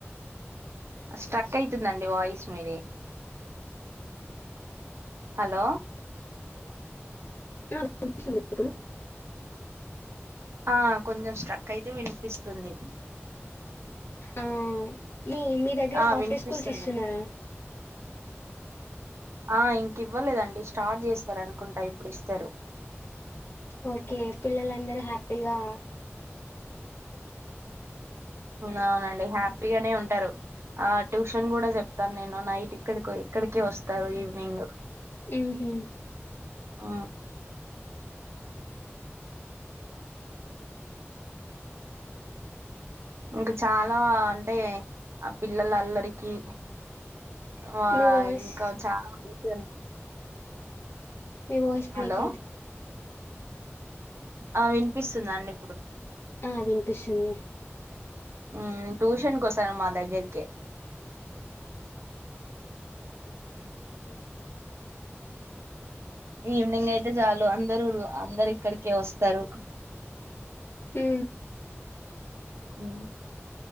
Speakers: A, on the right; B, on the left.
A: స్ట్రక్ అయితుందండి వాయిస్ మీ ది హలో
B: టు వచ్చింటప్పుడు
A: ఆ కొంచెం స్ట్రక్ అయితె వినిపిస్తుంది
B: ఆ! మీ మీ దగ్గర
A: ఆ
B: హాఫ్
A: వినిపిస్తుంది
B: డే స్కూల్స్ ఇస్తున్నారా
A: ఆ ఇంక ఇవ్వలేదండి స్టార్ట్ చేస్తారనుకుంటా ఇప్పుడు ఇస్తారు
B: ఓకే పిల్లలందరూ హ్యాపీ ప్పిగా
A: అవునండి హ్యాపీగానే ఉంటారు ఆ ట్యూషన్ కూడ చెప్తాను నేను నైట్ ఇక్కడి ఇక్కడికె వస్తారు ఈవినింగ్
B: ఊహు
A: ఆ ఇంక చాలా అంటే ఆ పిల్లల అల్లరికి వ
B: మీ వాయిస్
A: ఇంక చాలా మంచి
B: మీ వాయిస్ బ్రేక్
A: హలో ఆ వినిపిస్తుందండి
B: ఆ వినిపిిస్తుంది.
A: ఉమ్ ట్యూషన్ కోసారమా దగ్గరికిే అ ఈవినింగ్ అయితే చాలు అందరు అందరు ఇక్కడికే వస్తారు
B: హు
A: ఉ